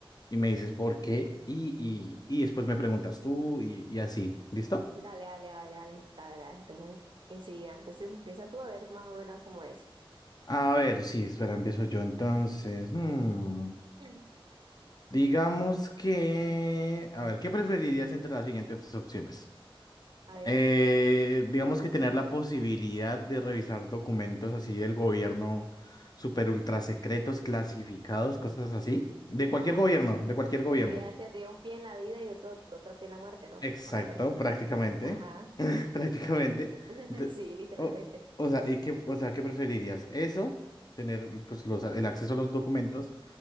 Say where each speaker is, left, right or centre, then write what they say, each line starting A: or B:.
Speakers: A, on the left (about 45°); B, on the right (about 60°).
A: y me dices por qué y, y, y después me preguntas tú y, y así. ¿Listo?
B: Dale, dale, dale, dale, dale, dale. Entonces, enseguida. Entonces empieza tú a ver más o menos cómo es.
A: A ver, sí, espera, empiezo yo entonces. Hmm,
B: Mm.
A: Digamos que, a ver, ¿qué preferirías entre las siguientes opciones?
B: A ver,
A: Eh, digamos que tener la posibilidad de revisar documentos así del gobierno, super ultra secretos, clasificados, cosas así. De cualquier
B: ajá.
A: gobierno, de cualquier gobierno.
B: Tendría, tendría un pie en la vida y otro, otro pie en la muerte, ¿no?
A: Exacto,
B: Obviamente.
A: prácticamente.
B: Ajá.
A: <laughs> Prácticamente.
B: <laughs>
A: De-
B: Sí, literalmente.
A: o, o sea, ¿y qué, o sea, ¿qué preferirías? ¿Eso? Tener pues, los, el acceso a los documentos